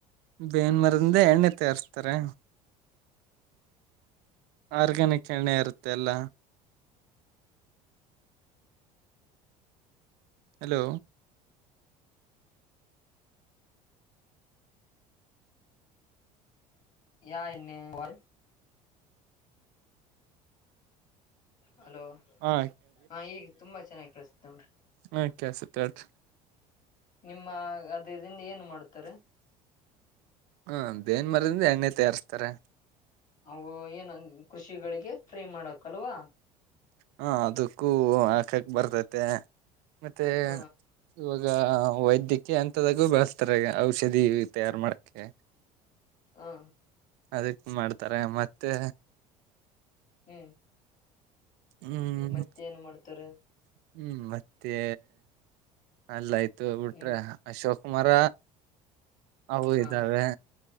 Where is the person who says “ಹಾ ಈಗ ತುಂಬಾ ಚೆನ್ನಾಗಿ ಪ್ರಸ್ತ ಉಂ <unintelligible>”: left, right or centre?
Left